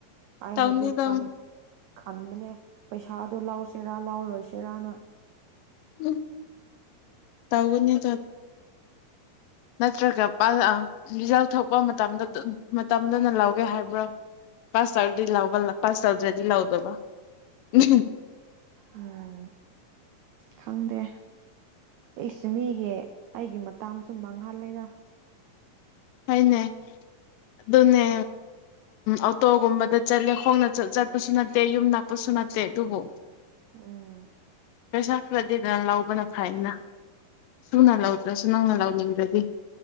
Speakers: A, on the right; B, on the left.
A: ꯑꯩ
B: ꯇꯧꯅꯤꯗ
A: ꯍꯧꯖꯤꯛ ꯈꯜ ꯈꯟꯕꯅꯦ ꯄꯩꯁꯥꯗꯣ ꯂꯥꯎꯁꯦꯔꯥ ꯂꯥꯎꯔꯣꯏꯁꯤꯦꯔꯥꯅ
B: ꯎ ꯇꯎꯒꯟ ꯌꯦ ꯇ ꯅꯠꯇ꯭ꯔꯒꯥꯁ ꯔꯤꯖꯜ ꯊꯣꯛꯄ ꯃꯇꯝꯗ ꯃꯇꯝꯗꯅ ꯂꯧꯒꯦ ꯍꯥꯏꯕ꯭ꯔꯥ ꯄꯥꯁ ꯇꯔꯗꯤ ꯂ ꯄꯥꯁ ꯇꯔꯗ꯭ꯔꯗꯤ ꯂꯧꯗꯕ ꯎ
A: ꯎꯝ ꯈꯪꯗꯦ ꯑꯩꯁ ꯃꯤꯒꯤ ꯑꯩꯒꯤ ꯃꯇꯁꯨ ꯃꯥꯡꯍꯜꯂꯦꯗ
B: ꯍꯣꯏꯅꯦ ꯑꯗꯨꯅꯦ ꯑꯣꯇꯣꯒꯨꯝꯕꯗ ꯆꯠꯂꯦ ꯈꯣꯡꯅ ꯆꯠꯄꯁꯨ ꯅꯠꯇꯦ ꯌꯨꯝ ꯅꯛꯄꯁꯨ ꯅꯠꯇꯦ ꯑꯗꯨꯕꯨ
A: ꯎꯝ
B: ꯄꯩꯁꯥ ꯈꯔꯗꯤ ꯅꯪ ꯂꯧꯕꯅ ꯐꯥꯏꯅ ꯁꯨꯅ ꯂꯧꯗ꯭ꯔꯁꯨ ꯅꯪꯅ ꯂꯧꯅꯤꯡꯗ꯭ꯔꯗꯤ